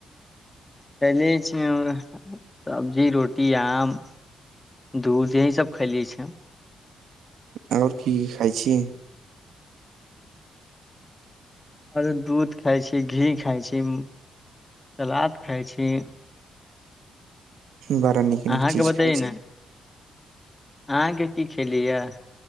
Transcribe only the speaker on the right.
और की खाइ छी।
बड़ा नीक-नीक
चीज
खाय छी।